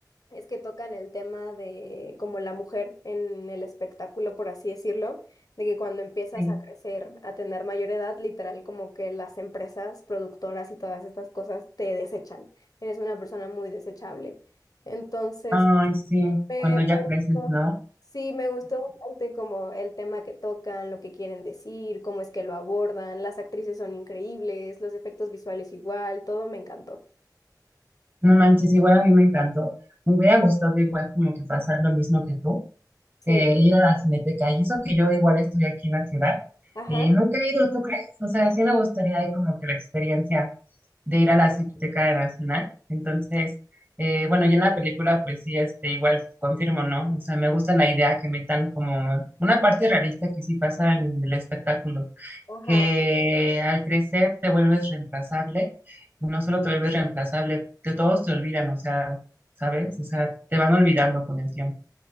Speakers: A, on the left; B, on the right.
A: es que tocan el tema de como la mujer en el espectáculo, por así decirlo, de que cuando empiezas
B: sí.
A: a crecer, a tener mayor edad, literal como que las empresas productoras y todas estas cosas te desechan. Eres una persona muy desechable. Entonces
B: Ay, sí,
A: me,
B: cuando ya
A: me
B: creces,
A: gustó.
B: ¿no?
A: Sí, me gustó bastante como el tema que tocan, lo que quieren decir, cómo es que lo abordan, las actrices son increíbles, los efectos visuales igual, todo me encantó.
B: No manches, igual a mí me encantó. Me hubiera gustado igual como que pasar lo mismo que tú,
A: Sí,
B: eh, ir a la Cineteca, y eso que yo igual estoy aquí en la ciudad,
A: ajá,
B: y nunca he ido, ¿tú crees? O sea, sí me gustaría ahí como que la experiencia de ir a la Cineteca Nacional. Entonces, eh, bueno, yo en la película, pues sí, este, igual confirmo, ¿no? O sea, me gusta la idea que metan como una parte realista que sí pasa en el espectáculo,
A: ajá.
B: que al crecer te vuelves reemplazable, y no solo te vuelves reemplazable, de todos te olvidan, o sea, ¿sabes? O sea, te van olvidando con el tiempo.